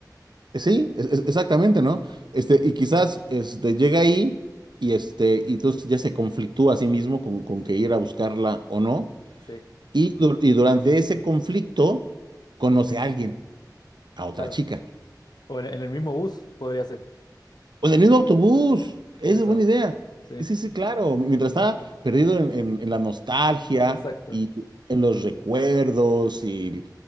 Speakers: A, on the right; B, on the left.
A: Sí, es- es- exactamente, ¿no? Este, y quizás este, llega ahí y, este, y entonces ya se conflictúa a sí mismo con, con que ir a buscarla o no.
B: Sí.
A: Y, du- y durante ese conflicto conoce a alguien, a
B: Claro.
A: otra chica.
B: O en, en el mismo bus podría ser.
A: O en el mismo autobús. Esa
B: Eso.
A: es buena idea.
B: Sí,
A: Sí, sí, sí, claro. Mientras está perdido en, en- en la nostalgia
B: exacto.
A: y en los recuerdos y